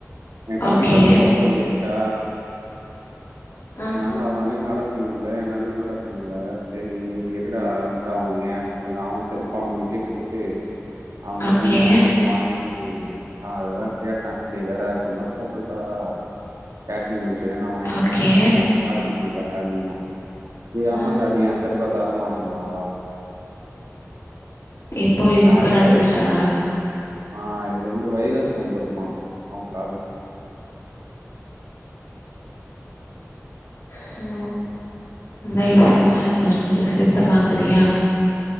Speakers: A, on the right; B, on the left.
A: என் தம்பி
B: ஓகே
A: கால்யு கொப்புளோ வந்துட்ச்சா
B: ஆ
A: அனால அவனால்யு நடக் முல்ல என்னால்யு நடக் முல்ல செரி இருடா அவ்ன்ட்ட அவு ஏன்ஸ் அந்த அவன் செருப் ப அவுன்கிட்யே குட்த்துட்டு அவன்கிட்ட
B: ஓகே
A: இர்ந்து ஏன் செருப்ப வாங்கி அதுதா கேட்ட டேய் என்னடா கொன்நேரோ போட்டுன்டா கேட்டேன் சொல்லி வாய்ங்கிர்ண்டா
B: ஓகே
A: நடக்க முல்ல அப்டின்ன ஏகான்டாடே
B: ஆ
A: ஏஸ் செர்ப்ப தரமாட்டன்டா
B: இப்போ இது
A: ஆ
B: இப்ப நடந்துஸா
A: வை ஆ இதுல இருந்து வைரஸ் வந்துருமா அவ்ன் காலுக்கு
B: சோ இந்த இங்க செஞ்ச நாளைக் வொர்ச்சர்ல ஸ்லிப்பர் வாங்குறியா